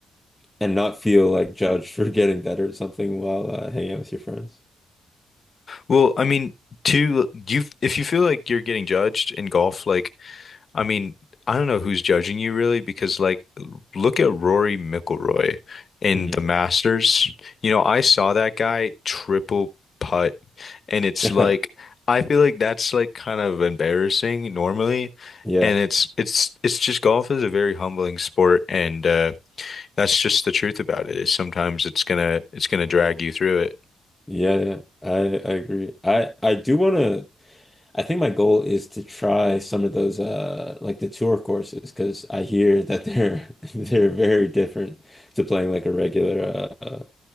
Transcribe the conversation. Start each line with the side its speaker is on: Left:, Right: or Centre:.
Centre: and not feel like judged for getting better at something while uh, hanging out with your friends.
Left: Well, I mean, to you, if you feel like you're getting judged in golf, like. I mean, I don't know who's judging you really because like look at Rory McIlroy in
Centre: Mm.
Left: the Masters. You know, I saw that guy triple putt and it's
Centre: <laughs>
Left: like I feel like that's like kind of embarrassing normally
Centre: Yeah,
Left: and it's it's it's just golf is a very humbling sport and uh that's just the truth about it is sometimes it's gonna it's gonna drag you through it.
Centre: yeah, yeah. I I agree. I I do want to. I think my goal is to try some of those uh like the tour courses because I hear that they're <laughs> they're very different to playing like a regular uh, uh